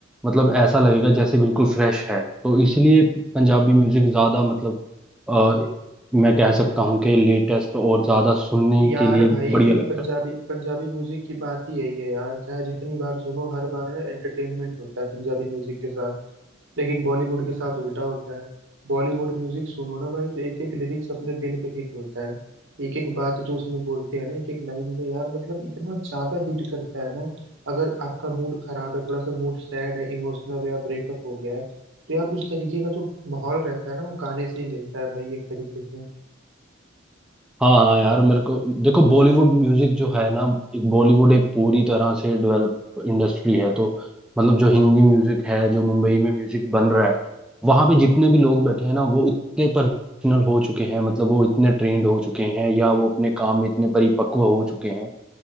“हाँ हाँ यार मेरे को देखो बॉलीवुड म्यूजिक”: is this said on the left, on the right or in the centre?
Centre